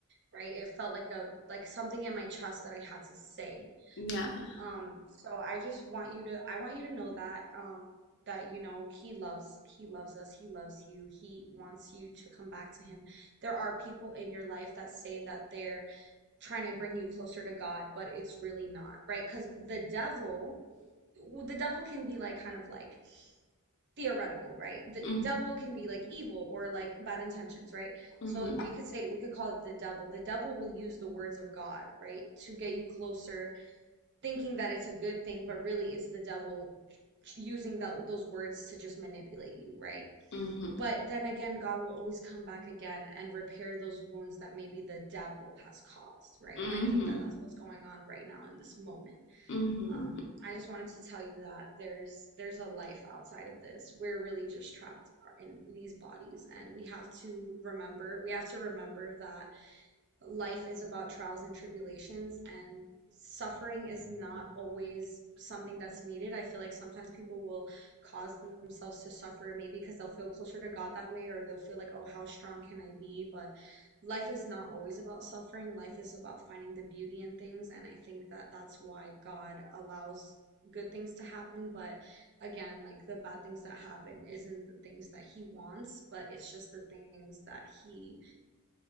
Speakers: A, on the right; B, on the left.
A: right? It felt like a, like something in my chest that I had to say.
B: Yeah.
A: Um, so I just want you to I want you to know that um that you know he loves he loves us, he loves you. He wants you to come back to him. There are people in your life that say that they're trying to bring you closer to God, but it's really not, right. Because the devil well, the devil can be like kind of like theoretical, right? The
B: Mm-hmm.
A: devil can be like evil or like bad intentions, right?
B: Mm-hmm.
A: So we could say we could call it the devil. The devil will use the words of God, right, to get you closer thinking that it's a good thing, but really it's the devil using that those words to just manipulate you, right?
B: Mm-hmm.
A: But then again, God will always come back again and repair those wounds that maybe the devil has caused, right?
B: Mm-hmm.
A: And I think that that's what's going on right now in this moment.
B: Mm-hmm.
A: Um, I just wanted to tell you that there's there's a life outside of this. We're really just trapped in these bodies, and we have to remember we have to remember that life is about trials and tribulations and suffering is not always something that's needed. I feel like sometimes people will cause themselves to suffer, maybe because they'll feel closer to God that way, or they'll feel like, oh, how strong can I be? But life is not always about suffering. Life is about finding the beauty in things. And I think that that's why God allows good things to happen. But again, like the bad things that happen isn't the things that He wants, but it's just the things that He